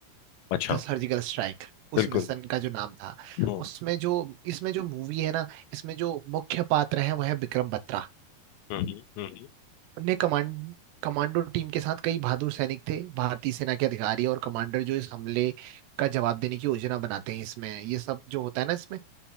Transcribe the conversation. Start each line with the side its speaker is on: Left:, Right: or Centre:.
Left: अच्छा
Right: था सर्जिकल स्ट्राइक उस
Left: बिल्कुल
Right: मिशन का जो नाम था
Left: हम्म
Right: उसमें जो इसमें जो मूवी है ना इसमें जो मुख्य पात्र है वह है विक्रम बत्रा
Left: हम्म हम्म,
Right: ने कमांड कमांडो टीम के साथ कई बहादुर सैनिक थे भारतीय सेना के अधिकारी और कमांडर जो इस हमले का जवाब देने की योजना बनाते हैं इसमें ये सब जो होता है ना इसमें